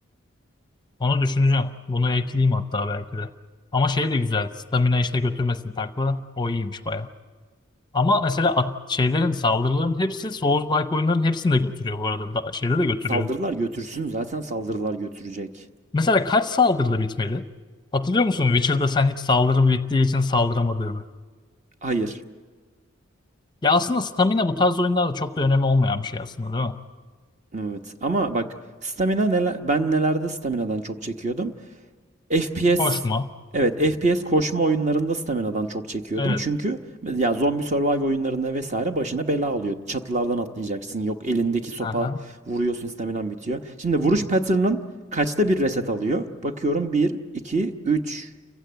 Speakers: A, on the left; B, on the right.
A: Onu düşüneceğim. Bunu ekleyeyim hatta belki de. Ama şey de güzel. Stamina işte götürmesin takla. O iyiymiş baya. Ama mesela at- şeylerin saldırıların hepsi Souls-like oyunların hepsini de götürüyor bu arada. Da, şeyde de götürüyor.
B: Saldırılar götürsün. Zaten saldırılar götürecek.
A: Mesela kaç saldırıda bitmeli? Hatırlıyor musun Witcher'da sen hiç saldırım bittiği için saldıramadığını?
B: Hayır.
A: Ya aslında stamina bu tarz oyunlarda çok da önemi olmayan bir şey aslında değil mi?
B: Evet. Ama bak stamina neler, ben nelerde staminadan çok çekiyordum. FPS
A: Koşma.
B: evet FPS koşma oyunlarında staminadan çok çekiyordum.
A: Evet.
B: Çünkü ya zombi survive oyunlarında vesaire başına bela oluyordu. Çatılardan atlayacaksın. Yok elindeki sopa
A: Aha.
B: vuruyorsun staminan bitiyor. Şimdi vuruş pattern'ın kaçta bir reset alıyor? Bakıyorum bir, iki, üç,